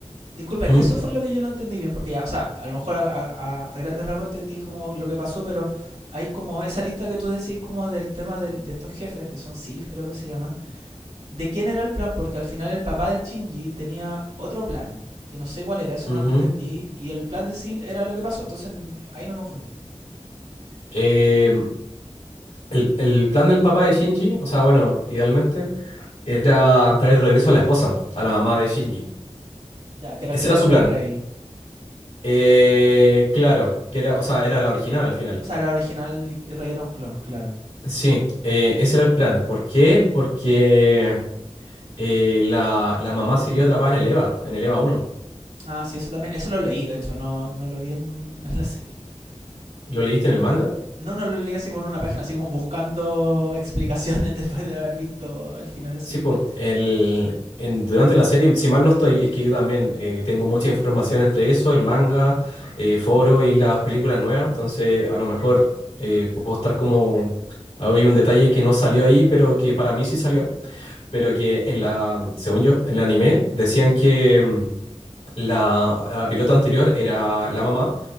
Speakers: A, on the right; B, on the left.
A: Disculpa,
B: ujú,
A: que eso fue lo que yo no entendí bien, porque ya, o sea, a lo mejor a, a- a grandes rasgos entendí como lo que pasó, pero hay como esa lista que tú decís como del tema del- de estos jefes, que son SEAL creo que se llaman, de quién era el plan, porque al final el papá de Shinji tenía otro plan, que no sé cuál era, eso
B: ujú.
A: no lo entendí, y el plan de SEAL era lo que pasó, entonces ahí me confundí.
B: Eh, el, el plan del papá de Shinji, o sea, bueno, idealmente, era traer de regreso a la esposa, a la mamá de Shinji.
A: Ya, que era
B: Ese
A: el clon
B: era su
A: de
B: plan.
A: Rey.
B: Eh, claro, que era, o sea, era la original al final.
A: O sea, era original y Rey era un clon, claro.
B: Sí, eh, ese era el plan. ¿Por qué? Porque eh, la, la mamá siguió atrapada en el EVA, en el EVA uno
A: Ah, sí, eso también. Eso lo leí, de hecho, no, no lo vi en, en la serie.
B: ¿Lo leíste en el manga?
A: No, no lo leí así con una página, así como buscando <laughs> explicaciones después de haber visto el final así.
B: Sí, pues, el, en- durante la serie, si mal no estoy, es que yo también eh, tengo mucha información entre eso, el manga, eh, foro y las películas nuevas, entonces a lo mejor eh, puedo estar como, hay un detalle que no salió ahí, pero que para mí sí salió, pero que en la, según yo, en el anime decían que mm, la, la pilota anterior era la mamá